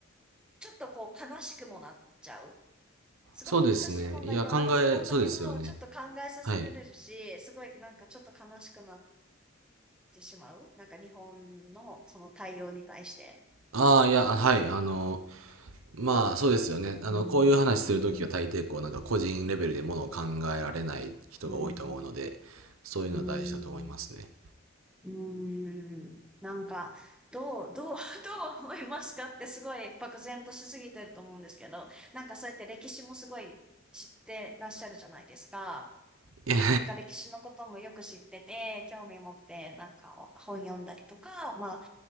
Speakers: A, in the centre; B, on the right.
A: ちょっとこう、悲しくもなっちゃう。すごく難しい問題ではあると思うんだけど、
B: そうですね。いや、考え、そうですよね。
A: ちょっと考えさせられるし、
B: はい。
A: すごいなんかちょっと悲しくなってしまう。なんか日本のその対応に対して。
B: ああ、いや、はい、あの、まあ、そうですよね。あの、
A: うん。
B: こういう話するときは大抵こう、
A: うん
B: なんか個人レベルでものを考えられない人が多いと思うので、
A: うん、
B: そういうのは大事だと思いますね。
A: うん、うん、なんか、どう、どう、<laughs> どう思いますかってすごい漠然としすぎてると思うんですけど、なんかそうやって歴史もすごい知ってらっしゃるじゃないですか。
B: <laughs> いや、
A: なんか歴史のこともよく知ってて、興味持って、なんか本読んだりとか、まあ、